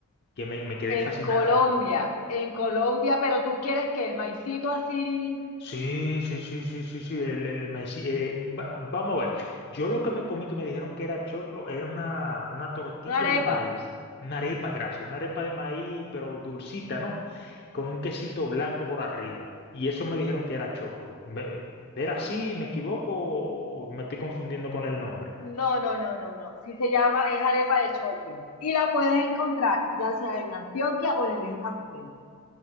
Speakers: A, on the left (about 50°); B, on the left (about 85°).
A: que me, me quedé
B: En
A: fascinado.
B: Colombia, en Colombia, pero tú quieres que el maicito así,
A: Sí, sí, sí, sí, sí, sí, el, el maíz- eh, va- vamos a ver. Yo lo que me comí que me dijeron que era choclo era una, una tortilla
B: una arepa.
A: de maíz, una arepa grasa, una arepa de maíz, pero dulcita, ¿no? Con un quesito blanco por arriba. Y eso me dijeron que era choclo. Me- ¿era así? ¿Me equivoco o me estoy confundiendo con el nombre?
B: No, no, no, no, no. Sí se llama, es arepa de choclo. Y la puedes encontrar ya sea en Antioquia o en el eje cafetero.